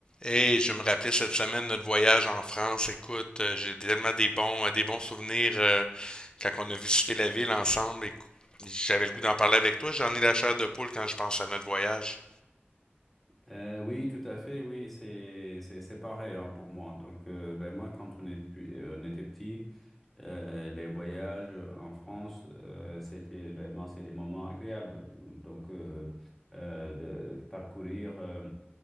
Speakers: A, on the left; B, in the centre.
A: Hey, je me rappelais cette semaine notre voyage en France. Écoute, euh, j'ai tellement des bons, euh, des bons souvenirs euh, quand on a visité la ville ensemble. Et J'avais le goût d'en parler avec toi. J'en ai la chair de poule quand je pense à notre voyage.
B: Euh, oui, tout à fait, oui, c'est c'est c'est pareil hein, pour moi. Donc euh, vraiment, quand on est, euh, on était petit, euh, les voyages en France, euh, c'était vraiment c'est des moments agréables. Donc euh, euh, de, de parcourir. euh,